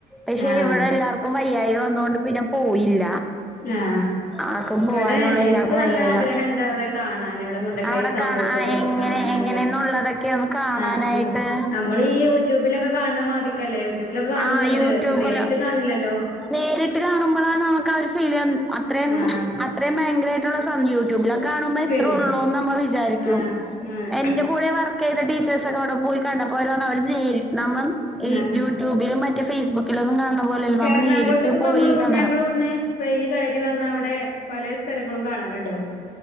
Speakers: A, in the centre; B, on the left (about 55°).
A: പക്ഷെ
B: ആഹ്
A: ഇവിടെ- എല്ലാവർക്കും- അപ്പം വയ്യായി വന്നൊണ്ട് പിന്നെ പോയില്ല.
B: ആഹ്
A: ആർക്കും പോവാനുള്ള
B: ഇവിടെ
A: എല്ലാർക്കും
B: എന്ക്ക് നല്ല-
A: വയ്യായിക
B: ആഗ്രഹണ്ട് അവിടെ കാണാൻ എവിടെ. മുണ്ടക്കൈ
A: അവിടെ
B: സംഭവിച്ചതൊക്കെ-
A: കാണാ എങ്ങനെ
B: കാണാനല്ല
A: എങ്ങനെന്നുള്ളതൊക്കെ ഒന്ന് കാണാനായിട്ട്
B: ആഹാ നമ്മൾ ഈ- യൂട്യൂബിലൊക്കെ കാണാ- മതിക്കല്ലേ യൂട്യൂബിലൊക്കെ കാണുന്നുണ്ട്
A: ആഹ് യൂട്യൂബില്
B: പക്ഷെ, നേരിട്ട കാണില്ലല്ലോ?
A: നേരിട്ട് കാണുമ്പോഴാണ് നമുക്ക ഫീൽ ചെയ്യ അത്രയും,
B: ആഹ്
A: അത്രയും ഭയങ്കരമായിട്ടുള്ള- യൂട്യൂബിലൊ കാണുമ്പോ
B: വര്
A: ത്രേ- ഉള്ളൂന്ന് നമ്മൾ വിചാരിക്കും.
B: ആഹ് ആഹ്
A: എന്റെ കൂടെ വർക്ക് യ്ത ടീച്ചേഴ്സ് ഒക്കെ അവിടെ പോയി- കണ്ടപ്പോരാണ് അവര് നമ്മ ഈ-
B: ആഹ്
A: <unintelligible> യൂട്യൂബിലും മറ്റേ- ഫേസ്ബുക്കിലൊന്നും കാണ- പോലല്ലോ, നമ്മൾ
B: എറണാകുളത്തേക്ക്
A: നേരിട്ട്
B: ഇപ്പ
A: പോയി
B: നമ്മള് ഇവിടുന്ന്
A: കാണണം.
B: ഞങ്ങള് ഇവിടുന്ന് ട്രെയിന് കയറി വന്നാ അവിടെ പലേ- സ്ഥലങ്ങളും കാണാനുണ്ടോ?